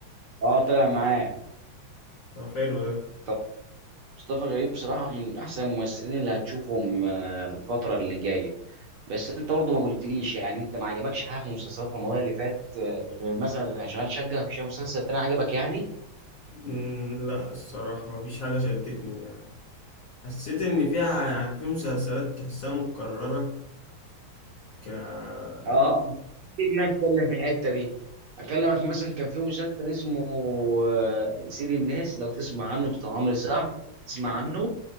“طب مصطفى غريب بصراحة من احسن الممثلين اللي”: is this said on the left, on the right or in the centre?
Right